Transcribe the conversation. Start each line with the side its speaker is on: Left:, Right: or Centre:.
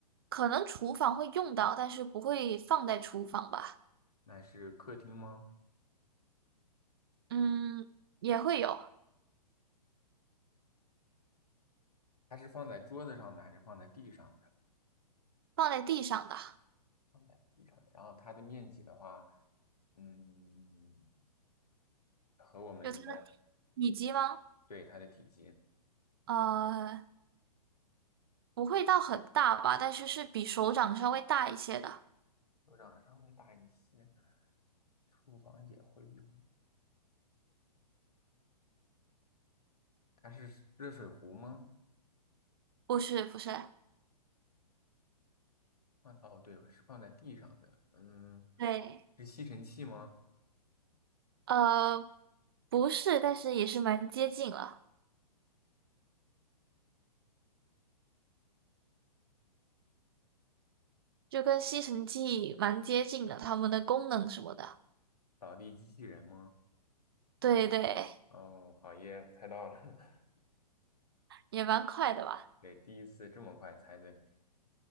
Right: 可能厨房会用到，但是不会放在厨房吧。
Left: 那是客厅吗？
Right: 嗯，也会有
Left: 它是放在桌子上的还是放在地上的？
Right: 放在地上的，
Left: 放在地上的。然后它的面积的话，嗯，和我们的，
Right: 就它的体积吗？
Left: 对，它的体积，
Right: 呃，不会到很大吧，但是是比手掌稍微大一些的。
Left: 手掌稍微大一些。厨房也会用。它是热水壶吗？
Right: 不是，不是，
Left: 放，哦，对，是放在地上的。嗯，
Right: 对，
Left: 是吸尘器吗？
Right: 呃，不是，但是也是蛮接近了，就跟吸尘器蛮接近的，它们的功能什么的。
Left: 扫地机器人吗？
Right: 对对，
Left: 哦，好耶，我猜到了。<laughs>
Right: 也蛮快的吧。
Left: 对，第一次这么快猜对。